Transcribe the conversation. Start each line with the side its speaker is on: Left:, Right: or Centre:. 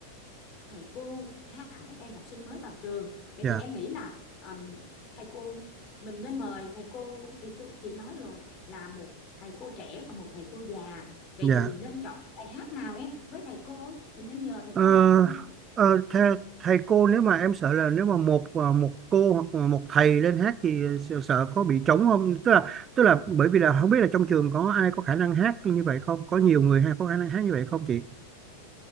Left: thầy cô hạ các em học sinh mới vào trường vậy
Right: dạ
Left: thì em nghĩ là ừm, thầy cô mình nên mời thầy cô thì cô chị nói rồi là một thầy cô trẻ và một thầy cô già vậy
Right: dạ
Left: thì nên chọn bài hát nào em với thầy cô mình nên nhờ thầy
Right: ờ,
Left: cô hát những bài
Right: ờ, thầy, thầy cô nếu mà em sợ là nếu mà một à, một cô hoặc là một thầy lên hát thì sợ, sợ có bị trống không tức là tức là bởi vì là không biết là trong trường có ai có khả năng hát như vậy không có nhiều người hay có khả năng hát như vậy không chị